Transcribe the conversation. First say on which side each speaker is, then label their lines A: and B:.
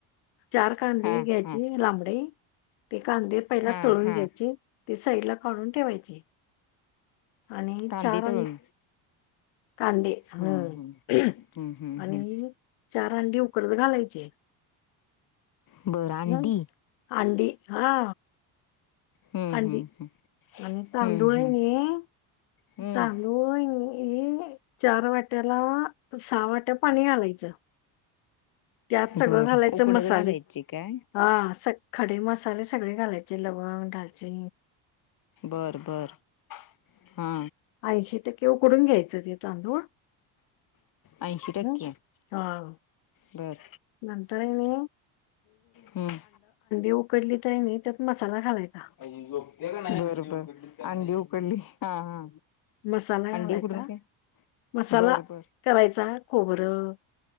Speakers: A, on the left; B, on the left.
A: चार कांदे
B: हा
A: घ्यायची
B: हा
A: लांबडे ते कांदे पहिला
B: हा
A: तळून
B: हा
A: घ्यायचे. ते साईडला काढून ठेवायचे आणि
B: कांदे
A: चार
B: तळून
A: कांदे
B: हम्म
A: हम्
B: हम्म हम्म हम्म
A: आणि
B: हम्म.
A: ांडी उकडत घालायचे.
B: बर अंडी
A: ह आडीी हा.
B: हम्म
A: हंडी
B: हम्म
A: आणि
B: हम्म
A: तर अंदळ
B: हम्म
A: नाही आहे.
B: हम्म
A: तांदूळ हे चार वाट्याला सहा वाट्या पाणी घालायचं. <unintelligible> त्यात सगळं
B: बरं
A: घालायचं
B: उकडत
A: मसाले
B: घालायची काय?
A: हा सग खडे मसाले सगळे घालायचे लवंग डालची
B: बर बर. हा
A: ऐंशी टक्के उकडून घ्यायचं ते तांदूळ.
B: ऐंशी
A: हम्म.
B: टक्के
A: हा.
B: घर
A: नंतर हेंनी
B: हम्म
A: उकडली तर नाही त्यात मसाला घालायचा
B: अ गो. बरोबर
A: सगळं
B: अंडी उकडली हा हा
A: मसाला घालायचा
B: अंडी उकडून काय
A: मसाला
B: बर बर
A: करायचा खोबरं